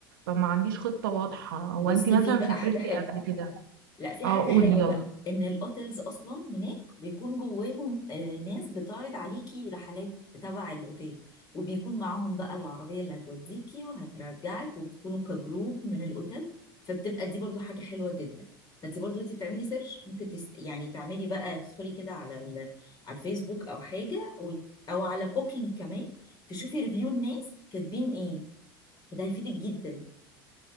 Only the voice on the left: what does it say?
بصي
في بقى
حاجه حلوه
لا في
حاجة
حلوة
بقى ان الاوتيلز اصلا هناك بيكون جواهم آه، ناس بتعرض عليكي رحلات تبع الاوتيل وبيكون معاهم بقى العربية اللي هتوديكي وهترجعك وبتكونوا كجروب من الاوتيل فبتبقى دي برضو حاجة حلوة جدا فانت برضو انت بتعملي سيرش ممكن تس... يعني تعملي بقى تدخلي كده على ال... على الفيسبوك او حاجة و... او على بوكينج كمان تشوفي ريفيو الناس كاتبين ايه فده هيفيدك جدا